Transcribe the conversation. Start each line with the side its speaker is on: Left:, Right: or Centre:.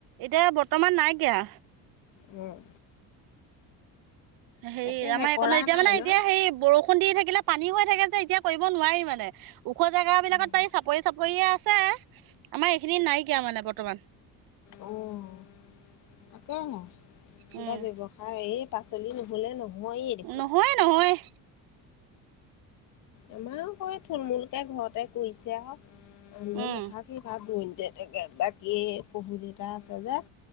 Right: এতিয়া বৰ্তমান নাইকিয়া।
Left: অ'।
Right: হেৰি
Left: তাকেহে
Right: আমাৰ এইকণত
Left: কৰা
Right: এতিয়া
Left: নাই
Right: মানে এতিয়া
Left: ন
Right: হেই বৰষুণ দি থাকিলে পানী হৈ থাকে যে এতিয়া কৰিব নোৱাৰি মানে। ওখ জেগাবিলাকত
Left: উম,
Right: পাৰি। চাপৰি চাপৰিয়ে আছে, আমাৰ এইখিনিত নাইকিয়া মানে বৰ্তমান।
Left: অ'। তাকেহে কিবা
Right: উম
Left: ব্যৱসায় এই তাক চলি নহ'লে নহয়েই দেখোঁন।
Right: নহয় নহয়।
Left: আমাৰোঁ সই থুলমূলকে ঘৰতে কৰিছে আৰু। মানুহ জন
Right: উম
Left: নাথাক সি ভাগ দূৰণিতে থাকে। বাকী শহুৰ দেউতা আছে যে